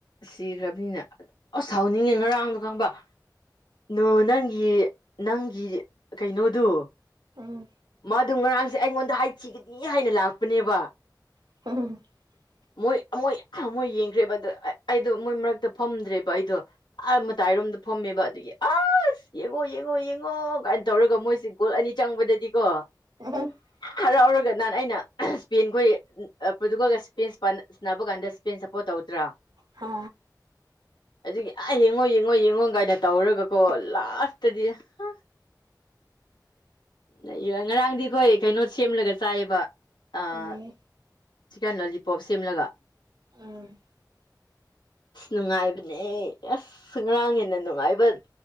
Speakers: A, on the left; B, on the right.
A: ꯁꯤꯈ꯭ꯔꯕꯅꯤꯅ ꯑꯁ ꯁꯥꯎꯅꯤꯡꯉꯦ ꯉꯔꯥꯡꯗꯣ ꯈꯪꯕ ꯅꯣ ꯅꯪꯒꯤ ꯅꯪꯒꯤ ꯀꯩꯅꯣꯗꯨ
B: ꯎꯝ
A: ꯃꯥꯗꯨ ꯉꯔꯥꯡꯁꯦ ꯑꯩꯉꯣꯟꯗ ꯍꯥꯏꯊꯤꯒꯅꯤ ꯍꯥꯏꯅ ꯂꯥꯛꯄꯅꯦꯕ
B: <unintelligible>
A: ꯃꯣꯏ ꯑꯃꯣꯏ ꯑꯍ ꯃꯣꯏ ꯌꯦꯡ ꯈ꯭ꯔꯦꯕ ꯑꯗꯨ ꯑꯩꯗꯣ ꯃꯣꯏ ꯃꯔꯛꯇ ꯐꯝꯗ꯭ꯔꯦꯕ ꯑꯩꯗꯣ ꯑꯥ ꯃꯇꯥꯏꯔꯣꯝꯗ ꯐꯝꯃꯦꯕ ꯑꯗꯨꯒꯤ ꯑꯥ ꯁ ꯌꯦꯡꯉꯣ ꯌꯦꯡꯉꯣ ꯌꯦꯡꯉꯣ ꯒꯥꯏꯟ ꯇꯧꯔꯒ ꯃꯣꯏꯁꯤ ꯒꯣꯜ ꯑꯅꯤ ꯆꯪꯕꯗꯗꯤꯀꯣ
B: <unintelligible>
A: ꯍꯔꯥꯎꯔꯒ ꯅꯍꯥꯟ ꯑꯩꯅ ꯁ꯭ꯄꯦꯟ ꯈꯣꯏꯒꯤ ꯎꯝ ꯑ ꯄ꯭ꯔꯣꯇꯨꯒꯜꯅ ꯁ꯭ꯄꯦꯁ ꯄꯟ ꯁ꯭ꯅꯥꯕ ꯀꯥꯟꯗ ꯁ꯭ꯄꯦꯟ ꯁ ꯄꯣꯔꯠ ꯇꯧꯗ꯭ꯔꯥ
B: ꯍꯥ
A: ꯑꯗꯨꯒꯤ ꯑꯥ ꯌꯦꯡꯉꯣ ꯌꯦꯡꯉꯣ ꯌꯦꯡꯉꯣ ꯒꯥꯏꯅ ꯇꯧꯔꯒꯀꯣ ꯂꯥꯁꯇꯗꯤ ꯍꯥ ꯅꯩꯕ ꯉꯔꯥꯡꯗꯤ ꯑꯈꯣꯏ ꯀꯩꯅꯣ ꯁꯦꯝꯂꯒ ꯆꯥꯏꯌꯦꯕ ꯑꯥ
B: ꯎꯝ
A: ꯆꯤꯛꯀꯟ ꯂꯣꯂꯤꯄꯣꯞ ꯁꯦꯝꯂꯒ
B: ꯎꯝ
A: ꯁ ꯅꯨꯡꯉꯥꯏꯕꯅꯦ ꯑꯁ ꯉꯔꯥꯡ ꯍꯦꯟꯅ ꯅꯨꯡꯉꯥꯏꯕ